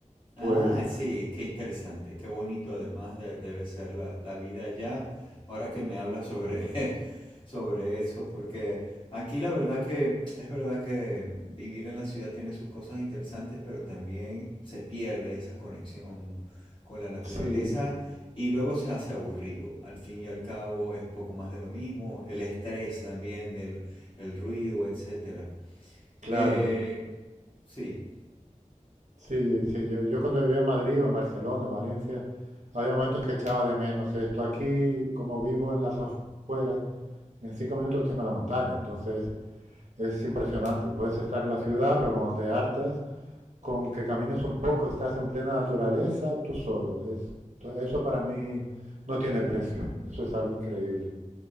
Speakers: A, on the right; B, on the left.
A: pues
B: Ah, sí, qué interesante, qué bonito además de- debe ser la, la vida allá. Ahora que me hablas sobre, <laughs> sobre eso, porque aquí la verdad que es verdad que vivir en la ciudad tiene sus cosas interesantes, pero también se pierde esa conexión con la naturaleza
A: sí,
B: y luego se hace aburrido. Al fin y al cabo es un poco más de lo mismo, el estrés también del el ruido, etcétera.
A: Claro,
B: Eh, sí.
A: sí, sí, yo, yo cuando vivía en Madrid o en Barcelona, Valencia, había momentos que echaba de menos esto. Aquí, como vivo en las afueras, en cinco minutos tengo la montaña, entonces es impresionante. Puedes estar en la ciudad, pero cuando te hartas, con que camines un poco, estás en plena naturaleza, tú solo. Es, to- eso para mí no tiene precio, eso es algo increíble.